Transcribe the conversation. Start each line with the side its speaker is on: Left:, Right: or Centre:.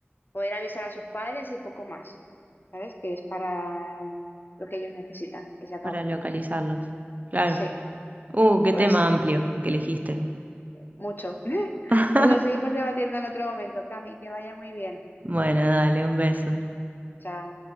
Left: poder avisar a sus padres y poco más, ¿sabes? Que es para lo que ellos necesitan y se acabó.
Right: para localizarlos. Claro.
Left: Sí,
Right: Uh, qué
Left: pues
Right: tema amplio que elegiste.
Left: mucho. <laughs>
Right: <laughs>
Left: Pues lo seguimos debatiendo en otro momento, Cami, que vaya muy bien.
Right: Bueno, dale, un beso.
Left: Chao.